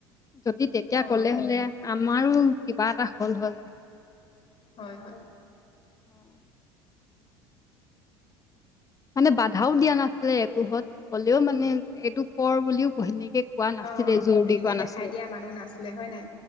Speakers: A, on the left; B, on the left.
A: যদি তেতিয়া
B: অ
A: কলে হ'লে আমাৰো কিবা এটা হল হয়।
B: হয়-হয়।
A: অ'। মানে বাধাও দিয়া নাছিলে একোহত হ'লেও মানে এইটো কৰ বুলিও হেনেকে কোৱা নাছিলে
B: অ
A: যোৰ
B: এনেকে
A: দি কোৱা নাছিলে,
B: দেখাই দিয়া মানুহ নাছিলে হয় নাই